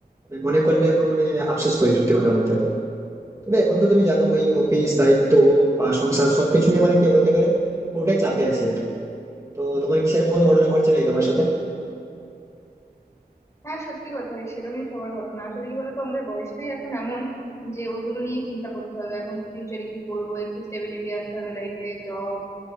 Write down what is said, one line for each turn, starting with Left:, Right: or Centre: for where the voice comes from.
Right: মানে মনে করলে এখন মানে আফসোস করি সত্যি কথা বলতে হবে তবে এখন তো তুমি জানো ওই অফিস দায়িত্ব আর সংসার সবকিছু নিয়ে মানে কি বলতে গেলে পুরোটাই চাপে আছি একটা তো তোমার কি সেরকম কোনো ঘটনা ঘটছে নাকি তোমার সাথে
Left: হ্যাঁ সত্যি কথা সেরকমই সবার ঘটনা আসলে কি বলতো আমাদের বয়সটাই এখন এমন যে ওগুলো নিয়েই চিন্তা করতে হবে এখন কি ফিউচারে কি করবো একটু স্টেবিলিটি আনতে হবে লাইফে জব